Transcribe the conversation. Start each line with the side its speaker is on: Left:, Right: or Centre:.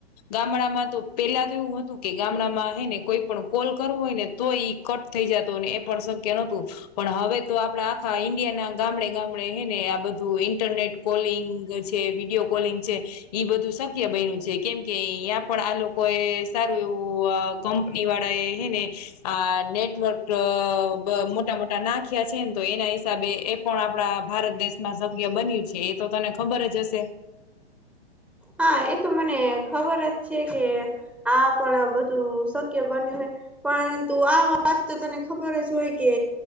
Left: ગામડામાં તો પેલા કેવું હતું કે ગામડામાં હેને કોઈ પણ કોલ કરવો હોય ને તો ઈ કટ થઈ જતો ને એ પણ શક્ય નતું પણ હવે તો આપડા આખા ઈન્ડિયાના ગામડે ગામડે હે ને આ બધું ઇન્ટરનેટ કોલિંગ છે, વિડીયો કોલિંગ છે. ઈ બધું શક્ય બયનું છે, કેમ કે અયાં પણ આ લોકો એ સા એવું અ કંપની વાળા એ હે ને આ નેટવર્ક મોટા મોટા ના ખીયા છે, ને તો એના હિસાબે એ પણ આપણા ભારત દેશમાં શકય બન્યું છે, એ તો તને ખબર જ હશે
Centre: હા એ તો મને ખબર જ છે, કે આ પણ બધું શક્ય બન્યું હોય પરંતુ આ વાત તો તને ખબર જ હોય કે